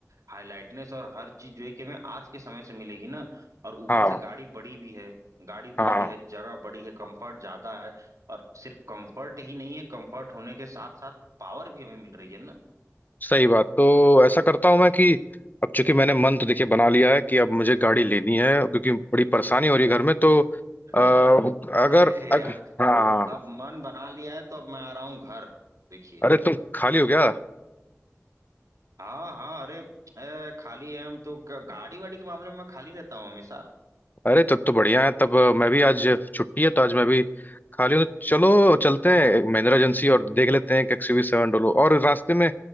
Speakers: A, on the right; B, on the left.
A: हाईलाइटनेस और हर चीज जो है कि हमें आज के समय से मिलेगी ना और ऊपर
B: हाँ
A: से गाड़ी बड़ी भी है गाड़ी
B: हाँ
A: बड़ी
B: हाँ,
A: है जगह बड़ी है कंफर्ट ज्यादा है और सिर्फ कंफर्ट ही नहीं है कंफर्ट होने के साथ साथ पावर भी हमें मिल रही है
B: सही बात तो ऐसा करता हूँ मैं कि अब चूंकि मैंने मन तो देखिए बना लिया है कि अब मुझे गाड़ी लेनी है क्योंकि बड़ी परेशानी हो रही है घर में तो अ,
A: <laughs>
B: अगर
A: अरे
B: अग,
A: यार
B: हाँ
A: तो अब मन बना लिया है तो अब मैं आ रहा हूँ घर देखिए
B: अरे तुम खाली हो गया
A: हाँ हाँ अरे ए, खाली है हम तो क- गाड़ी वाड़ी के मामले में मैं खाली रहता हूँ हमेशा
B: अरे तब तो बढ़िया है तब अ, मैं भी आज छुट्टी है तो आज मैं भी खाली हूँ तो चलो चलते हैं महिंद्रा एजेंसी और देख लेते हैं कि एक्सयूवी सेवन डोलो और रास्ते में